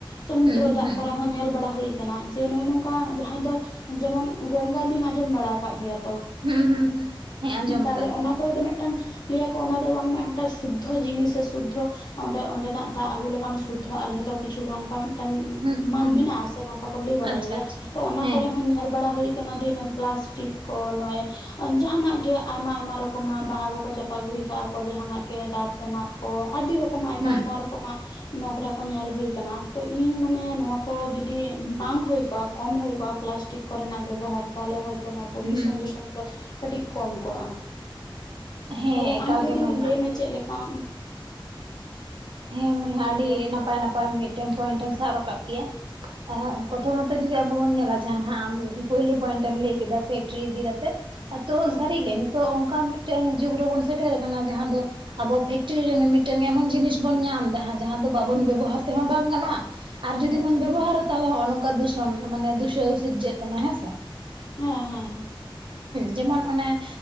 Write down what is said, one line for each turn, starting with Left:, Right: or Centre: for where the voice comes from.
Left: ᱥᱚᱢᱩᱫᱨᱚ
Right: ᱦᱩᱸ
Left: ᱫᱟᱜ
Right: ᱦᱩᱸ
Left: ᱠᱚᱨᱮ ᱦᱚᱸ ᱧᱮᱞ ᱵᱟᱲᱟ ᱦᱩᱭ ᱟᱠᱟᱱᱟ ᱡᱮ ᱱᱚᱜᱚᱭ ᱱᱚᱝᱠᱟ ᱡᱟᱦᱟᱸᱭ ᱫᱚ ᱡᱮᱢᱚᱱ ᱜᱚᱝᱜᱟ ᱫᱤᱢ ᱟᱸᱡᱚᱢ ᱵᱟᱲᱟ ᱟᱠᱟᱫ ᱜᱮᱭᱟ᱾
Right: ᱦᱩᱸ ᱦᱩᱸ ᱦᱩᱸ, ᱦᱮᱸ ᱟᱸᱡᱚᱢ
Left: ᱛᱟᱦᱞᱮ
Right: ᱟᱠᱟᱫ
Left: ᱚᱱᱟ
Right: ᱜᱤᱭᱟᱹᱧ
Left: ᱠᱚᱨᱮ ᱫᱚ ᱢᱤᱫᱴᱟᱝ ᱞᱟᱹᱭᱟᱠᱚ ᱚᱱᱟ ᱫᱚ ᱵᱟᱝᱢᱟ ᱢᱤᱫᱴᱟᱝ ᱥᱩᱫᱽᱫᱷᱚ ᱡᱤᱱᱤᱥ ᱥᱮ ᱥᱩᱫᱽᱫᱷᱚ ᱚᱸᱰᱮ ᱚᱸᱰᱮᱱᱟᱜ ᱫᱟᱜ ᱟᱹᱜᱩ ᱞᱮᱠᱟᱱ ᱥᱩᱫᱽᱫᱷᱚᱜᱼᱟ ᱡᱷᱚᱛᱚ ᱠᱤᱪᱷᱩ ᱜᱮ ᱚᱱᱠᱟ ᱴᱟᱝ
Right: ᱦᱩᱸ
Left: ᱢᱟᱱ
Right: ᱦᱩᱸ
Left: ᱢᱮᱱᱟᱜ ᱥᱮ ᱱᱚᱝᱠᱟ ᱠᱚ ᱞᱟᱹᱭ ᱵᱟᱲᱟᱭ
Right: ᱟᱪᱪᱷᱟ
Left: ᱜᱮᱭᱟ
Right: ᱟᱪᱪᱷᱟ
Left: ᱛᱚ ᱚᱱᱟ
Right: ᱦᱮᱸ
Left: ᱠᱚᱨᱮ ᱦᱚᱸ ᱧ ᱮᱞ ᱵᱟᱲᱟ ᱦᱩᱭ ᱟᱠᱟᱱᱟ ᱯᱞᱟᱥᱴᱤᱠ ᱠᱚ ᱱᱚᱜᱚᱭ ᱡᱟᱦᱟᱸᱱᱟᱜ ᱜᱮ ᱟᱭᱢᱟ ᱟᱭᱢᱟ ᱨᱚᱠᱚᱢᱟᱜ ᱵᱟᱦᱟ ᱠᱚᱠᱚ ᱪᱟᱯᱟᱜ ᱜᱤᱰᱤ ᱠᱟᱜᱼᱟ ᱠᱚ ᱡᱟᱦᱟᱸᱱᱟᱜ ᱜᱮ ᱰᱟᱵ ᱛᱮᱱᱟᱜ ᱠᱚ ᱟᱹᱰᱤ ᱨᱚ ᱨᱚᱠᱚᱢ ᱠᱚᱢ ᱟᱭᱢᱟ
Right: ᱦᱩᱸ
Left: ᱟᱭᱢᱟ ᱨᱚᱠᱚᱢᱟᱜ ᱱᱚᱜᱽᱨᱟ ᱠᱚ ᱧᱮᱞ ᱦᱩᱭ ᱟᱠᱟᱱᱟ ᱛᱚ ᱤᱧ ᱢᱚᱱᱮᱭᱟ ᱱᱚᱣᱟ ᱠᱚ ᱡᱩᱫᱤ ᱵᱟᱝ ᱦᱩᱭ ᱠᱚᱜᱼᱟ ᱠᱚᱢ ᱦᱩᱭ ᱠᱚᱜᱼᱟ ᱯᱞᱟᱥᱴᱤᱠ ᱠᱚᱨᱮᱱᱟᱜ ᱵᱮᱵᱚᱦᱟᱨ ᱛᱟᱦᱚᱞᱮ ᱦᱚᱭᱛᱚ ᱚᱱᱟ ᱯᱚᱞᱤᱭᱩᱥᱚᱱ
Right: ᱦᱩᱸ
Left: ᱫᱩᱥᱚᱱ ᱫᱚ ᱠᱟᱹᱴᱤᱡ ᱠᱚᱢ ᱠᱚᱜᱼᱟ᱾
Right: ᱦᱮᱸ
Left: ᱛᱟᱦᱞᱮ
Right: ᱮᱠᱟᱞ
Left: ᱟᱢ ᱡᱫᱤ
Right: ᱜᱮ ᱢᱟᱹᱭ ᱦᱟᱸᱜ
Left: ᱞᱟᱹᱭᱢᱮ ᱪᱮᱫ ᱞᱮᱠᱟ ᱟᱢ᱾
Right: ᱦᱮᱸ ᱢᱟᱹᱤ ᱦᱮᱸ ᱟᱹᱰᱤ
Left: ᱜᱮᱭᱟ
Right: ᱱᱟᱯᱟᱭ ᱱᱟᱯᱟᱭ ᱢᱤᱫᱴᱮᱱ ᱯᱚᱭᱮᱱᱴᱮᱢ ᱥᱟᱜ ᱨᱟᱠᱟᱵ ᱠᱮᱭᱟ᱾ ᱯᱨᱚᱛᱷᱚᱢᱚᱛᱚ ᱡᱚᱫᱤ ᱟᱵᱚ ᱵᱚᱱ ᱧᱮᱞᱟ ᱡᱟᱦᱟᱸᱱᱟᱜ ᱟᱢ ᱯᱳᱭᱞᱳ ᱯᱚᱭᱮᱱᱴ ᱮᱢ ᱞᱟᱹᱭ ᱠᱮᱫᱟ ᱯᱷᱮᱠᱴᱨᱤ ᱤᱫᱤ ᱠᱟᱛᱮᱜ ᱟᱫᱚᱚ
Left: ᱦᱩᱸ
Right: ᱥᱟᱹᱨᱤᱜᱮ ᱱᱤᱛᱚᱜ ᱚᱱᱠᱟ ᱢᱤᱫ ᱴᱟᱹᱝ ᱡᱩᱜᱽ ᱨᱮᱵᱚᱱ ᱥᱮᱴᱮᱮᱨ ᱟᱠᱟᱱᱟ ᱡᱟᱦᱟᱸ ᱫᱚ ᱟᱵᱚ ᱯᱷᱮᱠᱴᱨᱤ ᱢᱤᱢᱤᱫᱴᱟᱝ ᱮᱢᱚᱱ ᱡᱤᱱᱤᱥ ᱵᱚᱱ ᱧᱟᱢ ᱫᱟ ᱦᱟᱸᱜ ᱡᱟᱦᱟᱸ ᱫᱚ ᱵᱟᱵᱚᱱ
Left: ᱦᱩᱸ
Right: ᱵᱮᱵᱚᱦᱟᱨ ᱛᱮᱦᱚᱸ ᱵᱟᱝ ᱜᱟᱱᱚᱜᱼᱟ ᱟᱨ ᱡᱩᱫᱤ
Left: ᱟᱪᱪᱷᱟ
Right: ᱵᱚᱱ ᱵᱮᱵᱚᱦᱟᱨᱟ᱾
Left: ᱦᱮᱸ
Right: ᱛᱟᱦᱚᱞᱮ ᱦᱚᱸᱜᱼᱚ ᱱᱚᱝᱠᱟ ᱫᱩᱥᱚᱱ ᱢᱟᱱᱮ ᱫᱩᱥᱟᱹ ᱥᱤᱨᱡᱟᱹᱜ ᱠᱟᱱᱟ ᱦᱮᱸ ᱥᱮ
Left: ᱦᱮᱸ ᱦᱮᱸ ᱦᱮᱸ,
Right: ᱡᱮᱢᱚᱱ ᱚᱱᱮ